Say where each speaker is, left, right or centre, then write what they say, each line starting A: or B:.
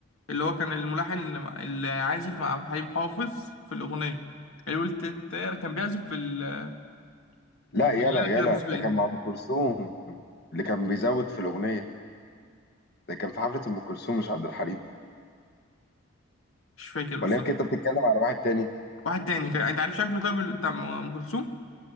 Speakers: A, on the left (about 80°); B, on the left (about 50°).
A: اللي هو كان الملحن اللي مع- اللي عازف مع عبد الحليم حافظ في الاغنيه اللي قلت التاير، كان بيعزف في ال-
B: لا
A: بآلة
B: يلا
A: كده
B: يلا
A: موسيقيه
B: ده كان مع ام كلثوم اللي كان بيزود في الاغنيه ده كان في حفله ام كلثوم مش عبد الحليم
A: مش فاكر بالظبط
B: ولا يمكن انت بتتكلم على واحد تاني
A: واحد تاني كان... انت عارف شكله طيب اللي بتاع ام أم كلثوم